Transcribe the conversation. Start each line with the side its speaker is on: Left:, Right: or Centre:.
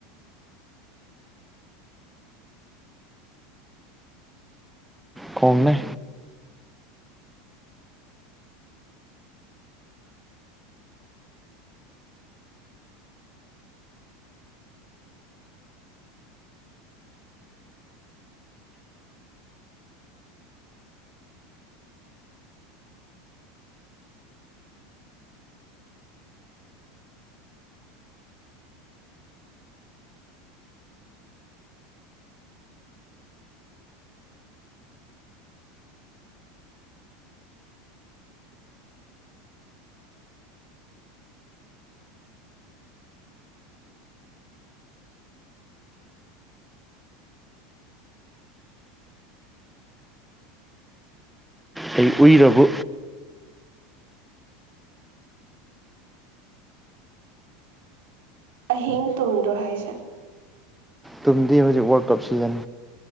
Centre: ꯈꯣꯝꯃꯦ ꯑꯩ ꯎꯏꯔꯕ
Right: ꯑꯍꯤꯡ ꯇꯨꯝꯗ꯭ꯔꯣ ꯍꯥꯏꯁꯦ
Centre: ꯇꯨꯡꯗꯤ ꯍꯧꯖꯤꯛ world cup season